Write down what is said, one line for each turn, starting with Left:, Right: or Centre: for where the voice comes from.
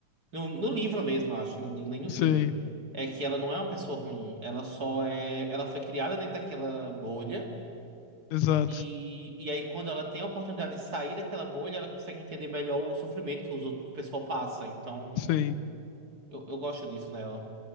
Right: no, no livro mesmo, eu acho, não digo nem no
Left: Sim,
Right: filme, é que ela não é uma pessoa ruim. Ela só é, ela foi criada dentro daquela bolha
Left: exato.
Right: e, e aí quando ela tem a oportunidade de sair daquela bolha, ela consegue entender melhor o sofrimento que os outros, que o pessoal passa. Então,
Left: Sim.
Right: eu, eu gosto disso nela.